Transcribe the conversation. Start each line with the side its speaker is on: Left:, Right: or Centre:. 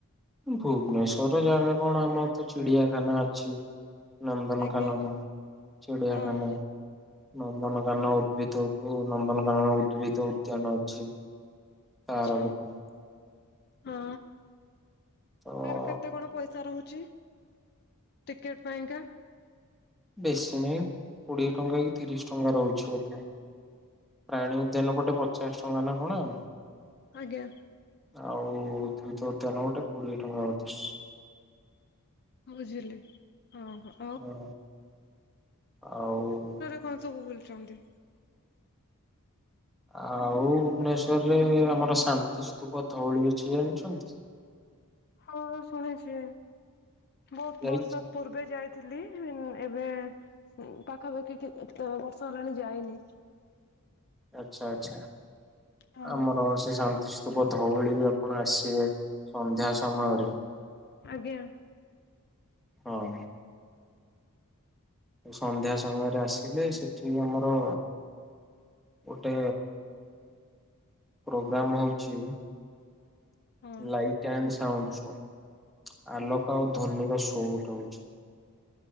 Centre: ଭୁବନେଶ୍ଵର ଜାଗା କଣ, ଆମର ତ ଚିଡିଆଖାନା ଅଛି। ନନ୍ଦନକାନନ,
Left: ଆଜ୍ଞା
Centre: ଚିଡ଼ିଆଖାନା
Left: ହଁ
Centre: ନନ୍ଦନକାନ ଉଦ୍ଭିଦକୁ, ନନ୍ଦନକାନନର ଉଦ୍ଭିଦ ଉଦ୍ୟାନ ଅଛି। ତାର
Left: ଆଛା,
Centre: ଗୋଟେ
Left: ହଁ।
Centre: ତ
Left: ତାର କେତେ କଣ ପଇସା ରହୁଚି, ଟିକେଟ ପାଇଁକା?
Centre: ବେଶୀ ନାହିଁ, କୋଡିଏ ଟଙ୍କା କି ତିରିଶ ଟଙ୍କା ରହୁଚି ବୋଧେ? ପ୍ରାଣୀ ଉଦ୍ୟାନ ପଟେ, ପଚାଶ ଟଙ୍କା ନା କଣ ଆଉ?
Left: ଆଜ୍ଞା।
Centre: ଆଉ ଉଦ୍ଭିଦ ଉଦ୍ୟାନ ପଟେ, କୋଡିଏ ଟଙ୍କା ବୋଧେ?
Left: ବୁଝିଲି ହଁ-ହଁ।
Centre: ନା, ଆଉ
Left: କଣ ସବୁ ବୁଲିଚନ୍ତି?
Centre: ଆଉ ଭୁବନେଶ୍ୱରରେ ଆମର ଶାନ୍ତିସ୍ତୁପ ଧଉଳି ଅଛି, ଜାଣିଚନ୍ତି?
Left: ହଁ ଶୁଣିଚି, ବହୁତ୍
Centre: ଯାଇଛି
Left: ବର୍ଷ ପୂର୍ବେ ଯାଇଥିଲି, ଏବେ ପାଖାପାଖି କେତେବର୍ଷ ହେଲାଣି ଯାଇନି।
Centre: ଆଛା ଆଛା,
Left: ହଁ
Centre: ଆମର ସେ ଶାନ୍ତି ଶାନ୍ତିସ୍ତୁପ ଧଉଳି ବି ଆପଣ ଆସିବେ, ସନ୍ଧ୍ୟା ସମୟରେ
Left: ଆଜ୍ଞା
Centre: ହଁ। ସନ୍ଧ୍ୟା ସମୟରେ ଆସିଲେ, ସେଠି ଆମର ଗୋଟେ ପ୍ରୋଗ୍ରାମ ହଉଚି
Left: ହଁ
Centre: ଲାଇଟ୍ ଆଣ୍ଡ ସାଉଣ୍ଡ ଶୋ, ଆଲୋକ ଆଉ ଧ୍ୱନିର ଶୋ ଗୋଟେ ହଉଚି।